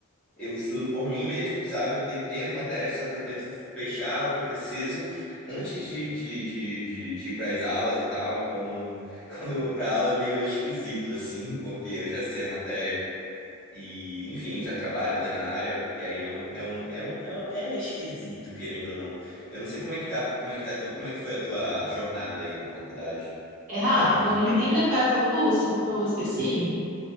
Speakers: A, in the centre; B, on the right.
A: Eu estudo por mim mesmo, sabe? Eu tenho, tenho as matérias, só que eu tento fechar o que eu preciso antes de, de, de, de, de ir para as aulas e tal. Então, <laughs> quando eu vou para aula é meio esquisito, assim, <laughs> porque eu já sei a matéria. E, enfim, já trabalho até na área. E aí é um, é um, é um, é um- é esquisito, querendo ou não. Eu não sei como é que tá, como é que tá, a tua- como é que foi a tua jornada aí na faculdade.
B: É, Rafa,
A: Já tá há muito
B: me
A: tempo.
B: lembra qual é o teu curso? Que eu esqueci.